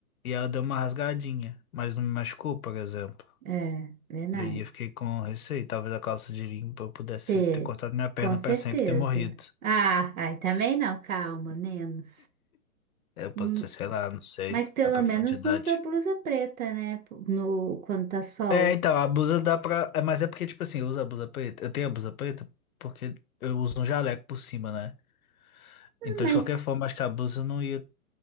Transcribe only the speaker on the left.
e ela deu uma rasgadinha, mas não me machucou, por exemplo.
E aí eu fiquei com receio, talvez a calça de limpa eu pudesse
ter cortado minha perna
para sempre e ter morrido.
É, Eu posso
ser sei lá, não sei,
a profundidade.
É, então, a blusa dá pra. é, Mas é porque, tipo assim, eu uso a blusa preta. Eu tenho a blusa preta porque eu uso um jaleco por cima, né?
Então,
de qualquer forma, acho que a blusa não ia